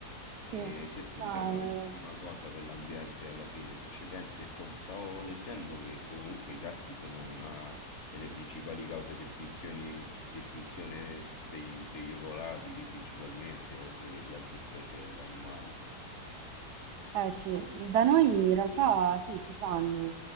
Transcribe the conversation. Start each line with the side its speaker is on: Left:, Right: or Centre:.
Left: E
Right: Sì,
Left: questa,
Right: no,
Left: diciamo, è un'ultima cosa per l'ambiente alla fine, se ci pensi, perché stavo leggendo che comunque i gatti sono una delle principali cause di estinzioni- di estinzione dei- degli ovolatili principalmente, oltre che di altre specie animali.
Right: eh, eh, sì, da noi in realtà sì, si fanno,